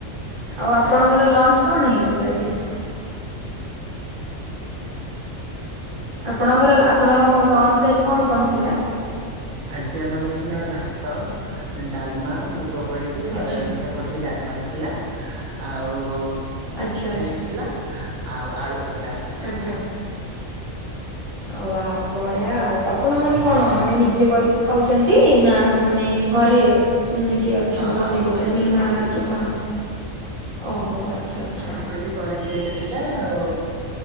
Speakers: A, on the right; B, on the right.
A: ଆଉ ଆପଣଙ୍କର
B: ଆଜ୍ଞା।
A: ଲଞ୍ଚ୍ କଣ ହେଇଥିଲା ଆଜି? ଆପଣଙ୍କର ଲା -ଆପଣଙ୍କ ଲଞ୍ଚ୍ ରେ ଆଜି କଣ କଣ ଥିଲା?
B: ଆଜି ଆମର ଥିଲା ଭାତ ଡାଲମା ମୁଗ ପଡିକି ହରଡେ
A: ଆଚ୍ଛା
B: ହେରିକା ପଡିକି ଡାଲମା ହେଇଥିଲା ଆଉ-ଜା
A: ଆଚ୍ଛା
B: ହେଇଥିଲା ଆଉ ଆଳୁଚକ୍
A: ଆଛା ହଉ ଆଉ ବଢିଆ ଆଉ ଆପ୍ ଆପଣ ମାନେ କଣ
B: ଆଜ୍ଞା।
A: ମାନେ ନିଜେ କରିକି ଖାଉଚନ୍ତି ନା ମାନେ ଘରେ ମାନେ କିଏ ଅଛନ୍ତି
B: ହଁ
A: ବନେଇ
B: ଆମ ଘରେ
A: ଦଉଛନ୍ତି
B: ହିଁ
A: ମାନେ
B: ରୋଷେଇ
A: ମା କି କଣ? ଓହୋ ଆଚ୍ଛା ଆଚ୍ଛା।
B: ନିଜେ ବି କରିଦିଏ କିଛିଟା ଆଉ